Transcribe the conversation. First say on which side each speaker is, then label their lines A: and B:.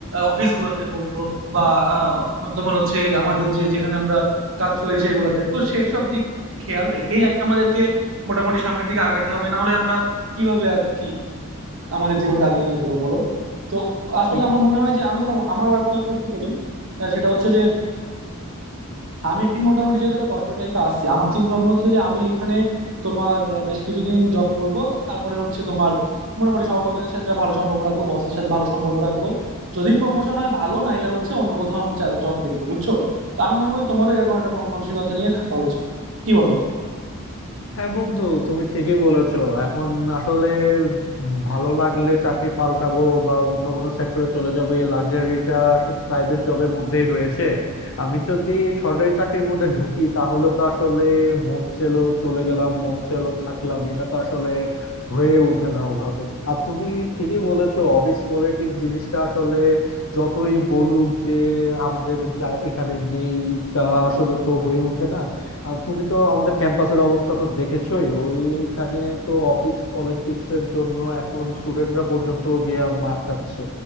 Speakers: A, on the right; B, on the left.
A: অফিস গুলাতে বলবো বা আহ, তোমার হচ্ছে আমাদের যে যেখানে আমরা কাজ করি সেগুলাতে তো সেসব দিক খেয়াল রেখেই আমাদেরকে মোটামুটি সামনের দিকে আগাইতে হবে না হলে আমরা কিভাবে আর কি আমাদের জীবনকে আগিয়ে নিয়ে যাবো বলো তো আসলে
B: কেন
A: আমার মনে হয় যে আমি তোমার আমার ওয়ার্ক লাইফ একটু বলি আহ, সেটা হচ্ছে যে আমি মোটামুটি যেহেতু একটা কর্পোরেট লাইফে আছি আমার চিন্তা ভাবনা হচ্ছে যে আমি এখানে তোমার আহ, বেশ কিছুদিন জব করব তারপরে হচ্ছে তোমার মোটামুটি সহকর্মীদের সাথে একটা ভালো সম্পর্ক রাখবো বসের সাথে ভালো সম্পর্ক রাখবো যদি প্রমোশন হয় ভালো নাইলে হচ্ছে অন্য কোথাও আমি জব দেখবো বুঝছো তো আমি মনে করি তোমারও এরকম একটা মন মানসিকতা নিয়ে থাকা উচিত কি বলো
B: হ্যাঁ বন্ধু তুমি ঠিকই বলেছো এখন আসলে ভালো লাগলে চাকরি পাল্টাবো বা অন্য কোনো সেক্টরে চলে যাবো এই লাক্সারিটা প্রাইভেট জবের মধ্যেই রয়েছে আমি যদি সরকারি চাকরির মধ্যে ঢুকি তাহলে তো আসলে মন চেলো চলে গেলাম মন চেলো থাকলাম এটা তো আসলে হয়ে ওঠে না ওভাবে আর তুমি ঠিকই বলেছো অফিস পলিটিক্স জিনিসটা আসলে যতই বলুক যে আমাদের যা এখানে নেই তা আসলে তো হয়ে ওঠে না আর তুমি তো আমাদের ক্যাম্পাসের অবস্থা তো দেখেছোই ওইখানে তো অফিস পলিটিক্স এর জন্য এখন স্টুডেন্টরা পর্যন্ত গিয়ে মার খাচ্ছে